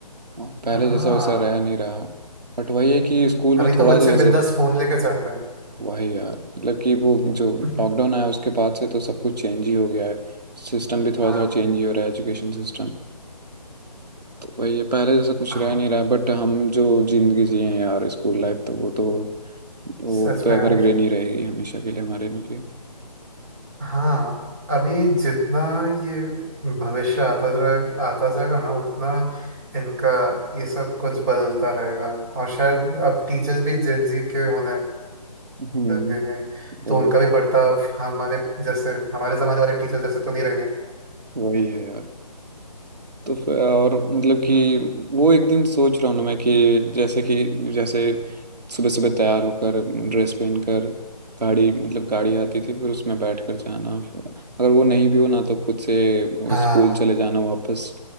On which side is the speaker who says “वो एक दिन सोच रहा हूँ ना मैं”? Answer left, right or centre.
Right